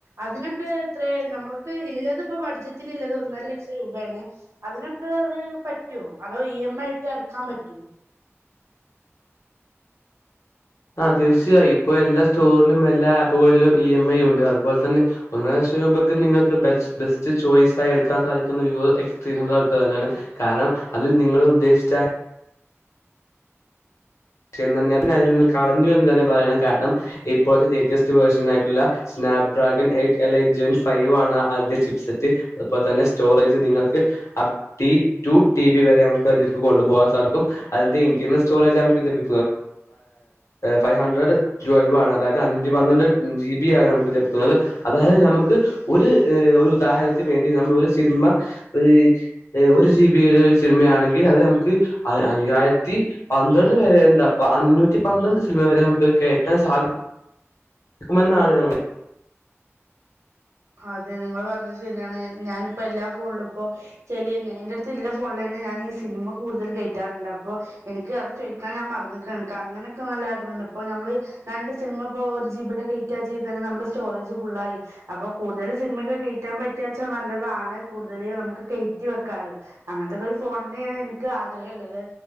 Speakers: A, on the right; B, on the left.
A: അതിനൊക്കെത്ര നമ്മുക്ക് ഇല്ലത്പ്പോ ബഡ്ജറ്റിൽല്ലത് ഒന്നര ലക്ഷ രൂപയാണ്. അതിനൊക്കെ അത് പറ്റുവോ അതോ ഇ എം ഐ ആയിട്ട് അടക്കാൻ പറ്റോ.
B: ആ തീർച്ചയായും ഇപ്പൊ എല്ലാ സ്റ്റോറിലും എല്ലാ ആപ്പുകളിലും ഇ എം ഐ ഉണ്ട് അതുപോലെ തന്നെ ഒന്ന് <unintelligible> നിങ്ങക്ക് ബസ് ബെസ്റ്റ് ചോയ്സായി എടുക്കാൻ സാധിക്കുന്ന Vivo X three hundred ultra തന്നെയാണ് കാ കാരണം അതിൽ നിങ്ങൾ ഉദ്ദേശിച്ച <unintelligible> കളഞ്ഞു എന്ന് തന്നെ പറയണം കാരണം ഇപ്പോഴത്തെ ലേറ്റസ്റ്റ് വേർഷനായിട്ടുള്ള Snapdragon eight elite gen five ആണ് അതിന്റെ ചിപ്സെറ്റ് അപ്പോൾ തന്നെ സ്റ്റോറേജ് നിങ്ങൾക്ക് അപ് ടി ടു ടിബി വരെ നമ്മുക്ക് അതിലേക്ക് കൊണ്ടുപോകാൻ സാധിക്കും അതിന്റെ ഇന്റെർണൽ സ്റ്റോറേജ് നമുക്ക് ലഭി ഫൈവ് ഹൺഡ്രഡ് ട്വൽവ് ആണ് അതായത് അഞ്ച് പന്ത്രണ്ട് ജിബിയാണ് നമുക്ക് തരുന്നത് അതായത് നമുക്ക് ഒരു ഒരു ഉദാഹരണത്തിന് വേണ്ടി നമ്മൾ ഒരു സിനിമ ഒരു ഒരു ജിബി സിനിമയാണെങ്കിൽ അത് നമുക്ക് അയ്യായിരത്തി പന്ത്രണ്ട് വരെ അപ്പ അഞ്ഞൂറ്റി പന്ത്രണ്ട് സിനിമ വരെ നമുക്ക് കയറ്റാൻ സാധിക്കും <inaudible>
A: അതെ നിങ്ങൾ പറഞ്ഞത് ശരിയാണ് ഞാനിപ്പോ എല്ലാ ഫോണിലും ഇപ്പോ ചേലെന്ന് എന്റെടുത്ത് ഇല്ല ഫോൺ പോലാന്നെ ഞാൻ ഈ സിനിമ കൂടുതൽ കയറ്റാറുണ്ട് അപ്പോ എനിക്ക് അത് ചോദിക്കാൻ ഞാൻ മറന്ന്ക്ക്ണ് ഇക്ക് അങ്ങനൊക്കെ നല്ല <unintelligible> കണ്ടപ്പോ ഞമ്മള് രണ്ട് സിനിമ ഇപ്പോ ഒരു ജിബിയുടെ കയറ്റിയാ ചെയ്തന്നെ നമ്മുടെ സ്റ്റോറേജ് ഫുള്ളായി അപ്പൊ കൂടുതൽ സിനിമയൊക്കെ കയറ്റാൻ പറ്റിയച്ച നല്ലതാണ് കൂടുതൽ നമുക്ക് കയറ്റി വെയ്ക്കാലോ അങ്ങ ഇതവര് ഫോണന്നെയ്ത് ഇൻക്ക് ആഗ്രഹം ഇള്ളത്